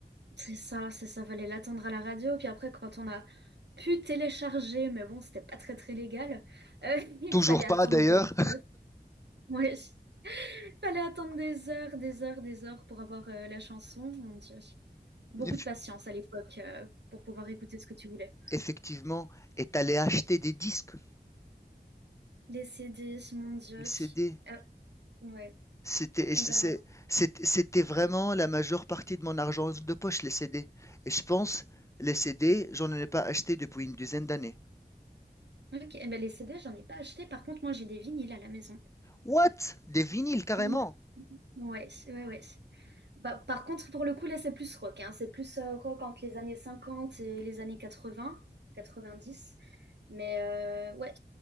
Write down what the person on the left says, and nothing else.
Toujours
pas
d'ailleurs.
<laughs> Eff-
Effectivement, et t'allais acheter des disques,
des CD.
C'était, et
c'est-
c'est- c'est- c'était vraiment la majeure partie de mon argent de poche, les CD. Et je pense, les CD, j'en ai pas acheté depuis une dizaine d'années.
What? Des vinyles carrément.